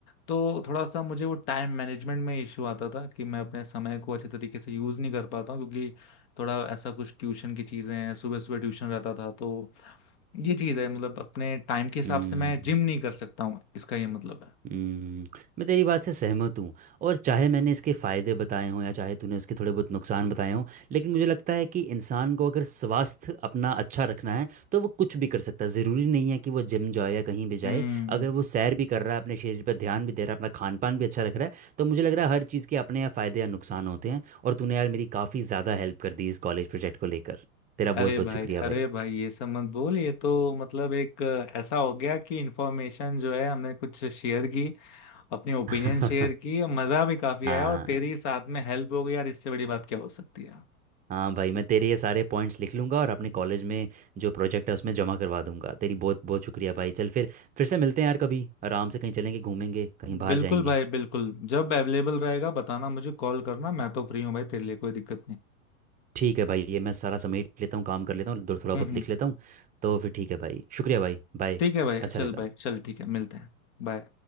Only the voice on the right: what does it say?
हम्म,
हम्म, मैं तेरी बात से सहमत हूँ और चाहे मैंने इसके फायदे बताए हों या चाहे तूने इसके थोड़े बहुत नुकसान बताए हों लेकिन मुझे लगता है कि इंसान को अगर स्वास्थ्य अपना अच्छा रखना है तो वो कुछ भी कर सकता है ज़रूरी नहीं है कि वो जिम जाए या कहीं भी
जाए अगर वो सैर भी कर रहा है अपने शरीर पर ध्यान भी दे रहा है अपना खान पान भी अच्छा रख रहा है तो मुझे लग रहा है हर चीज़ के अपने यहाँ फ़ायदे या नुकसान होते हैं और तूने यार मेरी काफ़ी ज़्यादा हेल्प कर दी इस कॉलेज प्रोजेक्ट को लेकर तेरा बहुत
बहुत
शुक्रिया
भाई
<laughs>
हाँ
हाँ भाई मैं तेरे ये सारे पॉइंट्स लिख लूँगा और अपने कॉलेज में जो प्रोजेक्ट है उसमें जमा करवा दूंगा तेरी बहुत बहुत शुक्रिया भाई चल फिर फिर से मिलते हैं यार कभी आराम से कहीं चलेंगे घूमेंगे कहीं बाहर
जाएंगे
ठीक है भाई ये मैं सारा समेट लेता हूँ काम कर लेता हूँ थोड़ा
बहुत
लिख लेता हूँ तो फिर ठीक है भाई शुक्रिया भाई बाय
अच्छा
लगा